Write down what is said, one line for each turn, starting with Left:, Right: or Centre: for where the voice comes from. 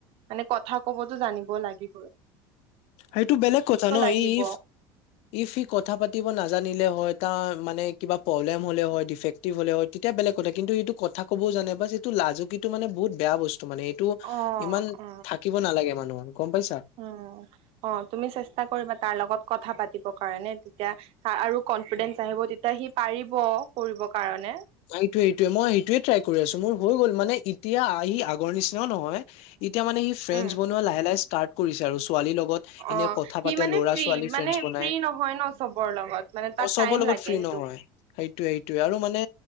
Right: মানে কথা কবতো জানিব লাগিব।
Left: এইটো বেলেগ কথা ন
Right: লাগিব
Left: ই ইফ--। ইফ সি কথা পাতিব নাজানিলে হয় তাৰ মানে কিবা প্ৰব্লেম হলে হয় ডিফেক্টিভ হলে হয় তেতিয়া বেলেগ। কথা কিন্তু এইটো কথা ক'বও জানে বা এইটো লাজুকী টো মানে বহুত বেয়া বস্তু। মানে এইটো
Right: অ
Left: ইমান
Right: অ
Left: থাকিব নালাগে মানুহৰ গম পাইছা, ।
Right: উম অ তুমি চেষ্টা কৰিবা তাৰ লগত কথা পাতিব কাৰণে তেতিয়া আৰু কনফাইদেন্স । চিব তেতিয়া সি পাৰিব কৰিবৰ কাৰণে, ।
Left: সেইটোৱে সেইটোয়ে মই সেইটোয়ে ট্ৰাই কৰি আছো মোৰ হৈ গ'ল মানে। এতিয়া আহি আগৰ নিচিনাও নহয় এতিয়া মানে ই ফ্ৰেণ্ডছ
Right: উম
Left: বনোৱা লাহে লাহে ষ্টাৰ্ট কৰিছে আৰু--। ছোৱালীৰ লগত
Right: অ
Left: এনে কথা
Right: সি
Left: পাতে
Right: মানে
Left: ল'ৰা
Right: ফ্ৰী
Left: ছোৱালী
Right: মানে
Left: ফ্ৰেডছ বনাই,
Right: ফ্ৰী নহয় ন চবৰ লগত মানে তাক
Left: অ চব
Right: টাইম
Left: লগ।
Right: লাগে
Left: ত ফ্ৰী
Right: সেইটো
Left: নহয় সেই। এই এইটোয়ে আৰু মানে